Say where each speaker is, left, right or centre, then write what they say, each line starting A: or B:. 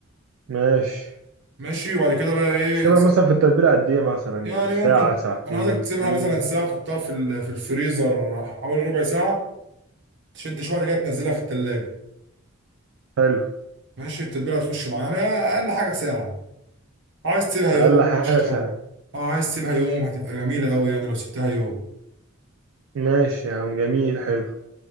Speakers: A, on the right; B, on the right.
A: ماشي
B: ماشي وبعد كده بقى ايه
A: سيبها مثلا في التتبيلة قد إيه مثلا
B: يعني
A: يعني ساعة
B: ممكن
A: ساعتين
B: انا عايزك تسيبها
A: يوم
B: مثلا ساعه تحطها في ال- في الفريزر حوالي ربع ساعه تشد شويه كده تنزلها في التلاجة
A: حلو
B: ماشي التتبيله هتخش معانا اقل حاجه ساعه عايز تسيبها يوم
A: أقل حاجة
B: قشطه
A: ساعة
B: اه عايز تسيبها يوم هتبقى جميله قوي يعني لو سبتها يوم
A: ماشي يا عم جميل حلو